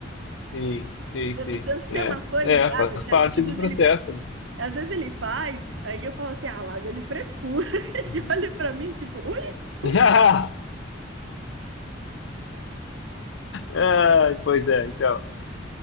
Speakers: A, on the left; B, on the right.
A: Sim, sim, sim.
B: Tanto tanto que
A: É,
B: tem umas coisas
A: é,
B: em casa
A: faz
B: que
A: parte
B: às
A: do
B: vezes
A: processo,
B: ele
A: né?
B: Às vezes ele faz, aí eu falo assim, ah, larga de frescura. <laughs>
A: Uhum.
B: Ele olha pra mim, tipo, ui, como?
A: <laughs> Ah, pois é, então.